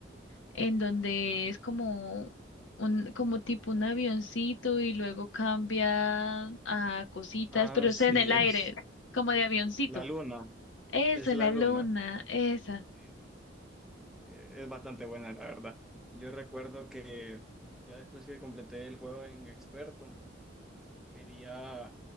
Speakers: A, on the left; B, in the centre.
A: en donde es como un, como tipo un avioncito y luego cambia a cositas,
B: Ah,
A: pero es
B: sí,
A: en el aire,
B: es
A: como de avioncito.
B: la luna,
A: Eso,
B: es la
A: la
B: luna.
A: luna, esa.
B: Sí, sí, sí, sí, Es bastante buena, la verdad. Yo recuerdo que ya después que completé el juego en experto, quería